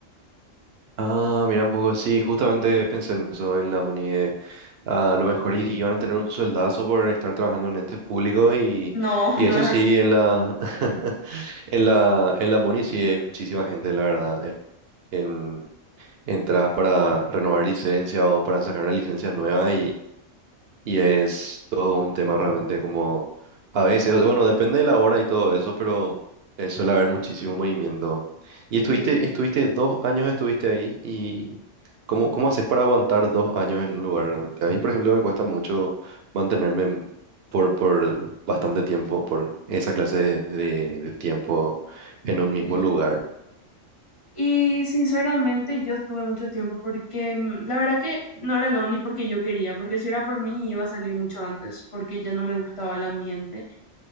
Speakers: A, on the right (about 60°); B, on the left (about 30°).
A: Ah, mira un poco, sí, justamente pensé en eso en la MUNI. de, ah, a lo mejor y- iban a tener un sueldazo por estar trabajando en ente público y,
B: No, <laughs>
A: y
B: no
A: eso
B: es
A: sí,
B: así.
A: en la, <laughs> en la, en la MUNI sí hay muchísima gente, la verdad. eh, En, entras para renovar licencia o para sacar una licencia nueva Y es todo un tema realmente como a veces, bueno, depende de la hora y todo eso, pero eh, suele haber muchísimo movimiento. Y estuviste,
B: Sí,
A: estuviste dos años estuviste ahí y ¿cómo, cómo haces para aguantar dos años en un lugar realmente? A mí, por ejemplo, me cuesta mucho mantenerme en- por, por bastante tiempo, por esa clase de, de- de tiempo en un mismo
B: sí.
A: lugar.
B: Y sinceramente yo estuve mucho tiempo porque mm, la verdad que no era lo ni porque yo quería, porque si era por mí iba a salir mucho antes, porque ya no me gustaba el ambiente.